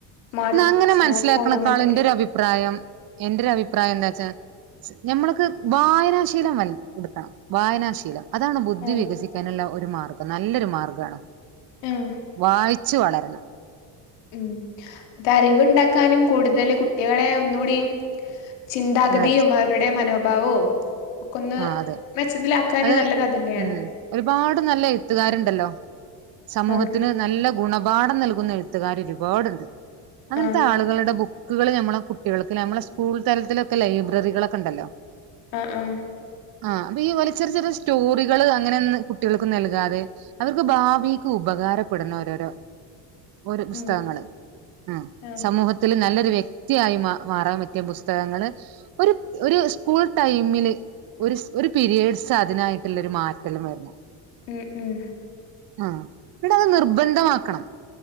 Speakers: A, on the left; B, on the right.
A: സ്മാർട്ട്
B: ഇന്ന അങ്ങനെ
A: സ്മാർട്ട്
B: മൻസ്സിലാക്ക്ണക്കാളും
A: ഫോൺ അങ്ങനത്തൊക്കെ
B: ഇന്റെ ഒരു അഭിപ്രായം എന്റെ ഒരഭിപ്രായം എന്താച്ചാ ഞമ്മൾക്ക് വായനാശീലം വൽ എടുക്കണം വായനാശീലം അതാണ് ബുദ്ധി
A: ആഹ്
B: വികസിക്കാനുള്ള ഒരു മാർഗ്ഗം നല്ലൊരു മാർഗ്ഗാണ്.
A: ആഹ്
B: വായിച്ചു വളരണം
A: ഉം അത് അറിവ്ണ്ടാക്കാനും കൂടുതൽ കുട്ടികളെ ഒന്നുകൂടീം ചിന്താഗതിയും
B: അതെ
A: അവരുടെ മനോഭാവവും ഒക്കൊന്ന്
B: ആ അതെ
A: മെച്ചത്തിലാക്കാന്
B: അത്
A: നല്ലത് അതന്നെയാണ്
B: ഉം ഒരുപാട് നല്ല എഴുത്തുകാരുണ്ടല്ലോ സമൂഹത്തിന്
A: ആഹ്
B: നല്ല ഗുണപാഠം നൽകുന്ന എഴുത്തുകാർ ഒരുപാടുണ്ട് അങ്ങൻത്തെ
A: ആഹ്
B: ആളുകളുടെ ബു ക്കുകൾ നമ്മളെ കുട്ടികൾക്ക് നമ്മളെ സ്കൂൾ തലത്തിലൊക്കെ ലൈബ്രറികളൊക്കെ ഉണ്ടല്ലോ
A: ആഹ് ആഹ്
B: ആ അപ്പൊ ഈ പോലെ ചെറി ചെറിയ സ്റ്റോറികൾ അങ്ങനെന്നെ കുട്ടികൾക്ക് നൽകാതെ അവർക്ക് ഭാവിക്ക് ഉപകാരപ്പെടുന്ന ഓരോരോ ഓരോ പുസ്തകങ്ങള്
A: ഉം
B: ആ
A: ആഹ്
B: സമൂഹ ത്തില് നല്ലൊരു വ്യക്തിയായി മാ മാറാൻ പറ്റിയ പുസ്തകങ്ങള് ഒരു ഒരു സ്കൂൾ ടൈമില് ഒരുസ് ഒരു പിരിയേഡ്സ് അതിനായിട്ടുള്ള ഒരു മാറ്റല്ലാം വരണം.
A: ഉം ഉം
B: ആ പിന്നെ അത് നിർബന്ധമാക്കണം